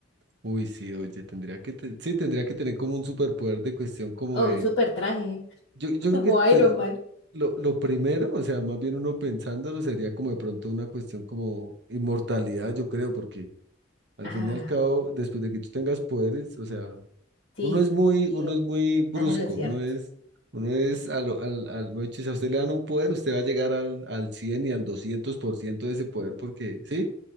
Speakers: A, on the right (about 65°); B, on the left (about 60°).
A: uy, sí, oye, tendría que, te- sí, tendría que tener como un superpoder de cuestión como
B: Oh,
A: de,
B: un super traje,
A: yo, yo
B: <laughs> como
A: creo que pe-
B: Iron Man.
A: lo, lo primero, o sea, más bien uno pensándolo sería como de pronto una cuestión como inmortalidad, yo creo, porque al
B: Ah,
A: fin y al cabo, después de que tú tengas poderes, o sea,
B: sí,
A: Uno es
B: sí,
A: muy,
B: sí, bien.
A: uno es muy brusco,
B: Estás en lo cierto.
A: uno es, uno es, al al, al, mejor dicho, si a usted le dan un poder, usted va a llegar al, al 100 y al 200% de ese poder, porque, sí,